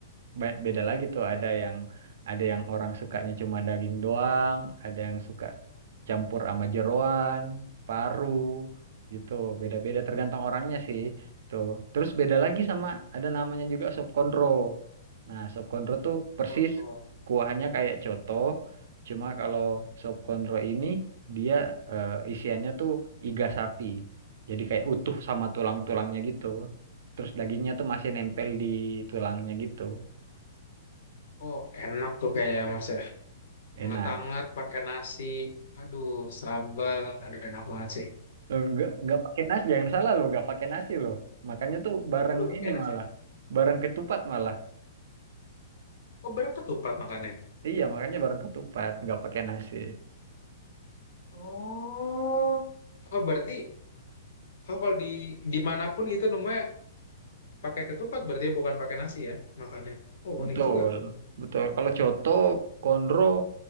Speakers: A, on the right (about 60°); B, on the left (about 65°).
A: be- beda lagi tuh ada yang ada yang orang sukanya cuma daging doang, ada yang suka campur sama jeroan, paru gitu. Beda-beda tergantung orangnya sih tuh. Terus beda lagi sama ada namanya juga sop konro. Nah, sop konro tuh persis
B: Lontong.
A: kuahnya kayak coto, cuma kalau sop konro ini dia eh, isiannya tuh iga sapi. Jadi kayak utuh sama tulang-tulangnya gitu. Terus dagingnya tuh masih nempel di tulangnya gitu.
B: Oh, enak tuh kayaknya Mas ya.
A: Enak.
B: Hangat-hangat pakai nasi. Aduh, sambal. Aduh, enak banget sih.
A: Eh, Nggak nggak pakai nasi, jangan salah loh, nggak pakai nasi loh. Makannya tuh bareng
B: Oh, udah pakai
A: ini
B: nasi.
A: malah,
B: Mas?
A: bareng ketupat malah.
B: Oh, berapa tuh Pat makannya?
A: Iya, makanya bareng ketupat, nggak pakai nasi.
B: Oh, oh berarti oh kalau di dimanapun gitu namanya pakai ketupat berarti ya bukan pakai nasi ya makannya. Oh,
A: Betul,
B: unik juga.
A: betul. Kalau coto, konro,